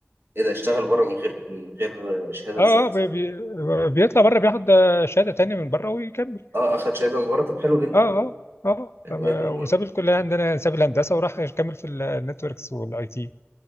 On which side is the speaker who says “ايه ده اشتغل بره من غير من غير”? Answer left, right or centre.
Right